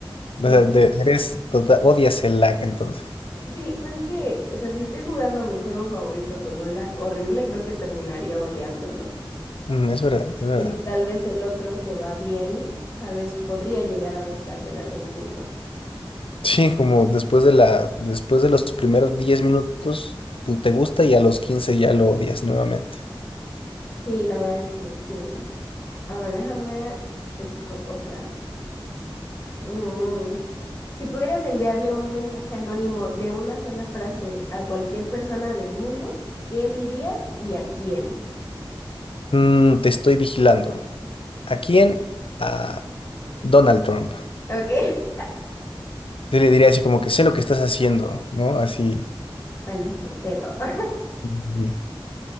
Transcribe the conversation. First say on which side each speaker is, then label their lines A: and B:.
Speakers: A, on the left; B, on the left.
A: Sí,
B: O sea, de- eres, total odias el lag entonces.
A: sí, pues es que, o sea, si estoy jugando mi juego favorito con un lag horrible, creo que terminaría odiándolo.
B: Mm, es verdad, es verdad.
A: Y tal vez el otro que va bien, tal vez podría llegar a gustarme en algún punto.
B: Sí, como después de la, después de los primeros 10 minutos tú te gusta y a los 15 ya lo odias nuevamente.
A: Sí, la verdad es que sí. A ver, déjame, te busco otra. Mm. Si pudieras enviarle un mensaje anónimo de una sola frase a cualquier persona del mundo, ¿qué dirías y a quién?
B: Mm, te estoy vigilando. ¿A quién? A Donald Trump.
A: ¿Ok? <laughs>
B: Sí, le diría así como que sé lo que estás haciendo, ¿no? Así.
A: Maldito perro. <laughs>
B: Sí.